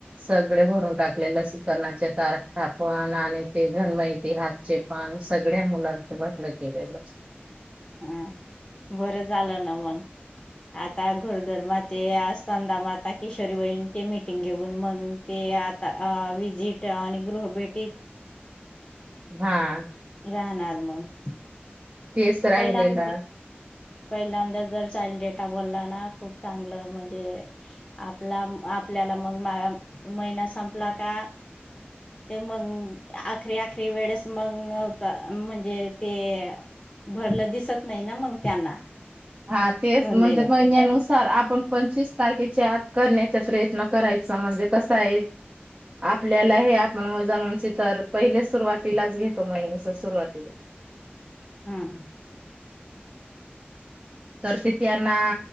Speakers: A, on the right (about 30°); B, on the left (about 25°).
A: सगळे भरून टाकले लसी करणाच्या तारख पण आणि ते भण्महिती हातचे पण सगळ्या मुलांसोबत ल गेलंज.
B: हा बरं झालं ना मग आ घोरदर माते स्कंद माता किशोरी वहिण ते मि टिंग घेऊन मग ते आता विजिट आणि गृह भेटीत
A: हा.
B: राहणार मग
A: तेच राहिलेला
B: पहिल्यांद पहिल्यांदा जर चाल डेटा बोलला ना खूप चांगलं म्हणजे आपला आपल्याला मग मा महिना संपला का ते मग अखरी अखरी वेळेस मग होता म्हणजे ते भरलं दिसत नाही ना मग त्यांना
A: हा तेच
B: भरलेलं
A: म्हणजे महिन्यानुसार आपण पंचवीस तारखे त <unintelligible> करण्याचा प्रयत्न करायचा म्हणजे कसा आहे आपल्याला हे आपण वजणंची तर पहिले सुरुवातीलाच घेतो महिन्याच्या सुरुवातीला <inaudible>
B: हम्
A: तरतीितयाना